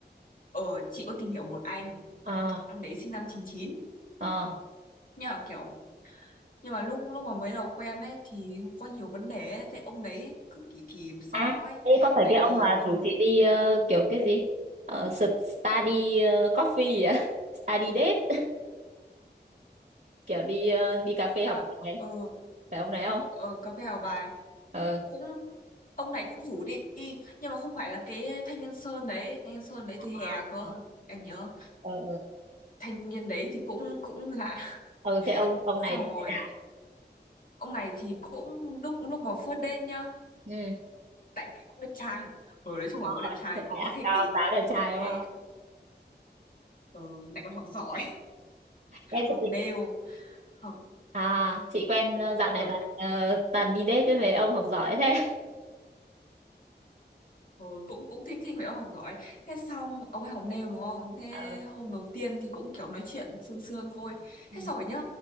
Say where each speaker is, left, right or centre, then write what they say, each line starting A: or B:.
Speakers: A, on the left; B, on the right.
A: ở chị có tìm hiểu một anh
B: ờ
A: em đấy sinh năm chín chín,
B: ờ
A: nhưng mà kiểu nhưng mà lúc lúc mà mới đầu quen ấy thì có nhiều vấn đề ấy. Thế ông đấy cứ kỳ kỳ làm sao
B: à
A: ấy
B: thế có phải
A: tại
B: cái
A: vì
B: ông mà
A: ông
B: rủ chị đi ờ, kiểu cái gì ờ, s- study ờ, coffee gì á <laughs> study date kiểu đi ờ, đi cà phê
A: à,
B: học bài,
A: ờ
B: phải ông này không
A: ờ cà phê Hào Bài
B: ờ
A: cũng ông này cũng rủ đi nhưng mà không phải là cái thanh niên sơn đấy thanh niên sơn đấy từ
B: ờ
A: hè cơ
B: ờ
A: em nhớ
B: ờ ờ
A: thanh niên đấy thì cũng cũng lạ
B: Ờ, thế ông
A: <laughs>
B: ông
A: xong
B: này thì
A: rồi
B: thế nào
A: ông này thì cũng lúc lúc mà phớt đen nhá
B: ừ
A: tại vì cũng đẹp trai ở đấy chung
B: Ờ,
A: là cũng đẹp trai
B: thế
A: cũng
B: này á,
A: thích
B: cao
A: đi
B: giáo đẹp trai
A: thế
B: đúng không
A: ừ, lại còn học giỏi
B: em
A: học
B: sẽ dịch
A: nail học
B: À, chị quen ờ, dạo
A: ờ,
B: này toàn ờ, toàn đi date với mấy ông học giỏi thế. <laughs>
A: Ôi, cũng cũng thích thích vậy ông học giỏi thế xong ông ấy học nêu đúng không thế
B: Ờ,
A: hôm đầu tiên thì cũng kiểu nói chuyện sương sương thôi
B: ừ.
A: thế xong rồi nhá